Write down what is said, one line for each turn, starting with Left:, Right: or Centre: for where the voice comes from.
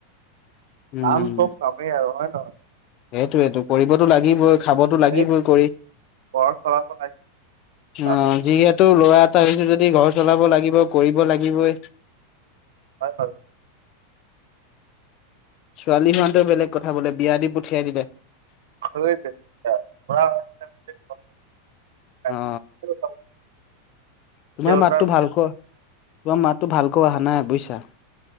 Left: উম।
Right: কাম চব কামেই আৰু হয় নহয়
Left: সেইটোৱেটো কৰিবতো লাগিবই খাবতো লাগিবই
Right: সেই
Left: কৰি
Right: ঘৰ চলাব লাগিব আৰু
Left: অ যিহেতু ল'ৰা এটা হৈছোঁ যদি ঘৰ চলাব লাগিবই কৰিব লাগিবই।
Right: হয় হয়',
Left: ছোৱালী হোৱা হেতেন বেলেগ কথা বোলে বিয়া দি পঠিয়াই দিলে।
Right: <unintelligible>
Left: অ তোমাৰ
Right: দেউতাৰ
Left: মাতটো
Right: পিছত
Left: ভালকৈ তোমাৰ মাতটো ভালকৈ অহা নাই বুইছা। টা